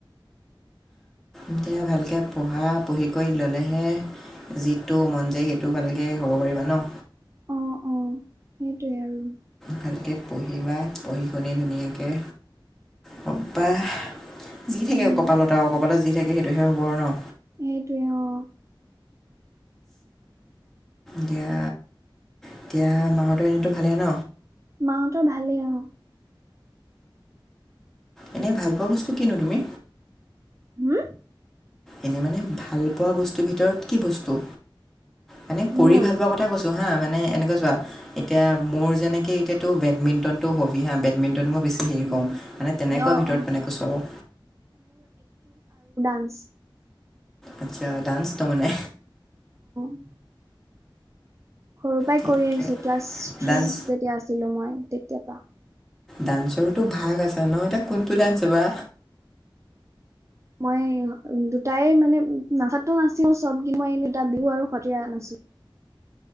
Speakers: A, in the centre; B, on the right.
A: এতিয়া ভালকে পঢ়া পঢ়ি কৰি ললেহে। যিটো মন যায় সেইটো ভালকৈ হ'ব পাৰিবা ন
B: অ -অ সেইটোৱে আৰু
A: ভালকৈ পঢ়িবা পঢ়ি শুনি ধুনীয়াকৈ হবা যি থাকে
B: উম
A: কপালত আৰু কপালত যি থাক সেইটোহে হব আৰু ন।
B: সেইটোৱে অঁ।
A: দিয়া এতিয়াা মাহতো এনেতো ভালেই ন
B: মাহঁতৰ ভালেই আৰু
A: এনেই ভাল পোৱা বস্তু কিনো তুমি।
B: হম।
A: এনে মানে ভাল পোৱা বস্তুৰ ভিতৰত কি বস্তু মানে কৰি
B: মোৰ
A: ভাল পোৱা কথা কৈছো হা। মানে এনেকুৱা চোৱা এতিয়া মোৰ যেনেকে এতিয়াতো বেডমিণ্টনটো হবি হা বেমিণ্টন ভৰত মই বেছি হেৰি
B: উম
A: কৰওঁ মানে তেনেকুৱা
B: অ
A: ভিতৰত
B: অ
A: মানে কৈছো আৰু
B: বাচ
A: আচ্ছা ডান্সটো মানে।
B: উম। সৰু পৰাই
A: ঠিকে
B: কৰি আহিছো ক্লাছ থ্ৰী
A: ডান্স
B: যেতিয়া আছিলো মই তেতিয়া পা
A: ডান্সৰটো ভাগ আছে ন এতিয়া কোনটো ডান্স বা
B: মই দুটাই মানে নাচাতো নাচো চবক মই দুটা বিহু আৰু সতীয়া নাচো